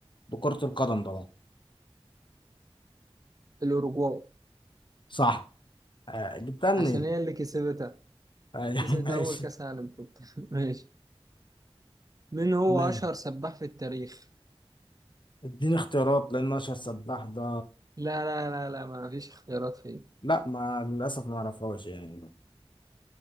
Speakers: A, on the left; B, on the right.
A: لكرة القدم طبعا
B: الأوروغواي
A: صح آه، جبتها منين؟
B: عشان هي اللي كسبتها
A: أيوة،
B: كسبت
A: <laughs> ماشي
B: أول كأس عالم في <laughs> ماشي من هو
A: ماشي
B: أشهر سباح في التاريخ؟
A: اديني اختيارات لان اشهر سباح ده
B: لا لا لا لا ما فيش اختيارات فيه
A: لا ما للاسف ما اعرفهاش يعني